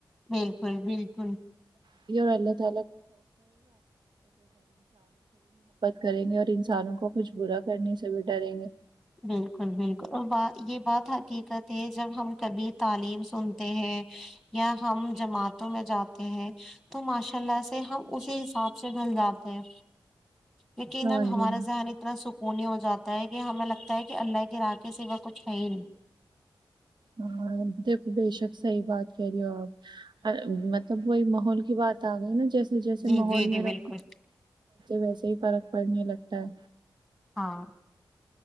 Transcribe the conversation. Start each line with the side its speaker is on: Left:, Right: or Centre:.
Centre: بالکل بالکل
Right: <unintelligible> بت کریں گے اور انسانوں کو کچھ برا کرنے سے بھی ڈریں گے
Centre: بالکل بالکل اور ب یہ بات حقیقت ہے جب ہم کبھی تعلیم سنتے ہیں یا ہم جماعتوں میں جاتے ہیں تو ماشاء اللہ سے ہم اسی حساب سے ڈھل جاتے ہیں لیکنا
Right: ہاں
Centre: ہمارا
Right: جی
Centre: ذہن اتنا سکون ہی ہو جاتا ت ہے گی ہمیں لگ تا ہے کہ اللہ کے رقے سے وہ کچھ ہے ہی نہیں
Right: ہاں دیکھو بے شک صحیح بات کہہ رہی ہو آپ مطلب وہی ماحول کی بات آ گئی نا جیسے جیسے
Centre: جی
Right: ماحول
Centre: جی جی
Right: میرا
Centre: بالکل
Right: ویسے ہی فرق پڑنے لگتا ہے
Centre: ہاں